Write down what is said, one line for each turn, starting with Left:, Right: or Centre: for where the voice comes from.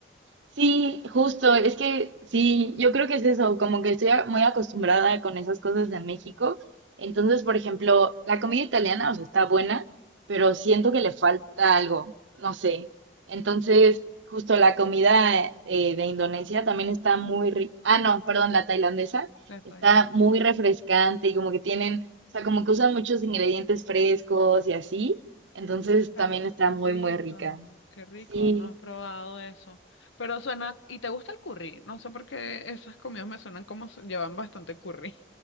Right: Sí, justo, es que sí, yo creo que es eso, como que estoy a- muy acostumbrada con esas cosas de México. Entonces, por ejemplo, la comida italiana, o sea, está buena, pero siento que le falta algo, no sé. Entonces, justo la comida eh, de Indonesia también está muy rica. Ah, no, perdón, la tailandesa
Left: Le estoy-
Right: está muy refrescante y como que tienen, o sea, como que usan muchos ingredientes frescos y así. Entonces,
Left: Ah,
Right: también está
Left: qué
Right: muy,
Left: rico,
Right: muy rica.
Left: qué rico,
Right: Sí.
Left: no he probado eso. Pero suena, ¿y te gusta el curry? No sé por qué esas comidas me suenan como s- llevan bastante curry.